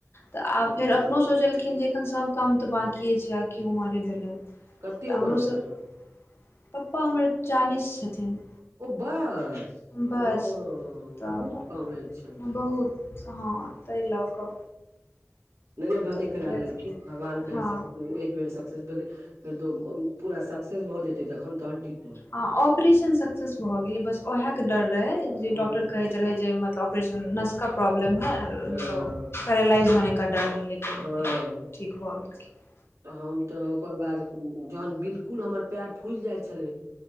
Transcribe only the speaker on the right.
अच्छा
कते उमर
भेलनि
हन
ओ बस ओ
बहुत
कमे
छनि त
नहिने भने
करा
लेलखिन भगवान करे
सक एक बेर रास भ त
हँ
हँ
हँ
तऽ हम तऽ ओकर बाद जहन बिलकुल हमर पैर फ फुइल जाय छले